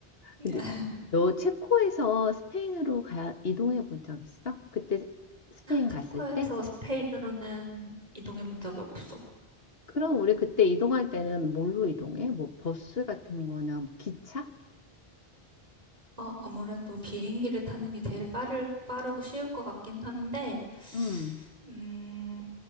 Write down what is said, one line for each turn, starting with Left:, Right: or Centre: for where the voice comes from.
Right: <laughs>
Left: 근데 너 체코에서 스페인으로 가, 이동해 본 적 있어? 그때 스페인
Right: 체코에서
Left: 갔을 때?
Right: 스페인으로는 이동해 본 적이 없어.
Left: 그럼 우리 그때 이동할 때는 뭘로 이동해? 뭐 버스 같은 거나 뭐 기차?
Right: 어, 아무래도 비행기를 타는 게 제일 빠를, 빠르고 쉬울 것 같긴 한데,
Left: 응.
Right: 음,